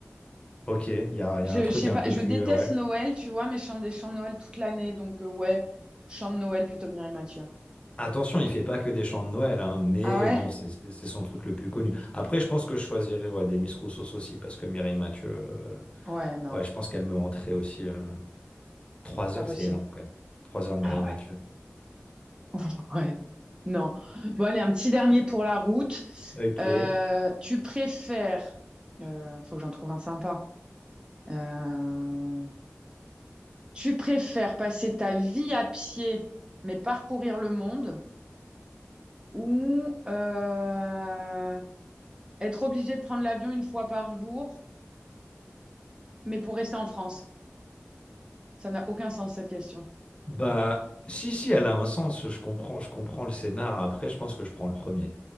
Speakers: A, on the left (about 25°); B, on the right (about 20°).
A: Ok, il y a,
B: Je,
A: il y a un truc
B: je sais
A: un
B: pas,
A: peu
B: je
A: plus,
B: déteste
A: euh, ouais.
B: Noël, tu vois, mais je chante des chants de Noël toute l'année, donc euh, ouais, chant de Noël plutôt que Mireille Mathieu.
A: Attention, il fait pas que des chants de Noël, hein, mais
B: Ah ouais?
A: bon, c'est c'est- c'est son truc le plus connu. Après, je pense que je choisirais ouais, Demis Roussos aussi, parce que Mireille Mathieu, euh,
B: Ouais, non,
A: Ouais, je pense qu'elle me rentrait aussi. euh, Trois
B: pas
A: heures,
B: possible.
A: c'est énorme quand même. Trois heures de
B: Ah
A: Mireille Mathieu.
B: ouais. <laughs> Ouais. Non. Bon, allez, un petit dernier pour la route.
A: Ok.
B: Euh, tu préfères, euh, faut que j'en trouve un sympa. Euh, tu préfères passer ta vie à pied, mais parcourir le monde, ou euh, être obligé de prendre l'avion une fois par jour, mais pour rester en France? Ça n'a aucun sens cette question.
A: Bah, si, si, elle a un sens. Je comprends, je comprends le scénar. Après, je pense que je prends le premier.